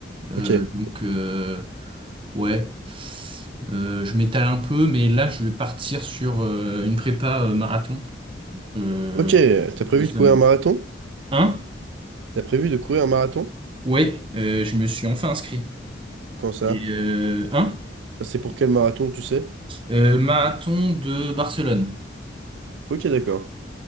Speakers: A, on the right (about 30°); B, on the right (about 80°).
A: Euh,
B: OK.
A: donc euh, Ouais. Euh, je m'étale un peu, mais là, je vais partir sur euh, une prépa euh, marathon euh,
B: OK, t'as prévu
A: récemment.
B: de courir un marathon?
A: Hein?
B: T'as prévu de courir un marathon?
A: Ouais, euh, je me suis enfin inscrit.
B: Quand ça?
A: Et euh, hein?
B: Enfin, C'est pour quel marathon, tu sais?
A: Euh, marathon de Barcelone.
B: OK, d'accord.